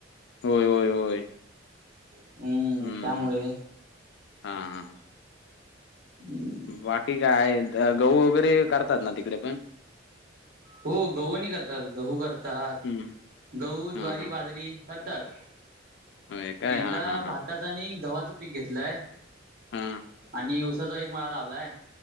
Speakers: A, on the left (about 60°); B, on the right (about 50°).
A: होय होय होय
B: हम्म
A: हम्म
B: त्यामुळे
A: हां
B: <unintelligible>
A: बाकी काय व गहू वगैरे करतात ना तिकडे पण
B: हो गहू आणि करतात गहू करतात
A: हं.
B: गहू, ज्वारी,
A: हां, हां.
B: बाजरी. करतात
A: होय काय?
B: यंदा
A: हां, हां,
B: भाताचं
A: हां.
B: आणि गव्हाचं पीक घेतलंय.
A: हां.
B: आणि ऊसाचा एक मळा लावलाय.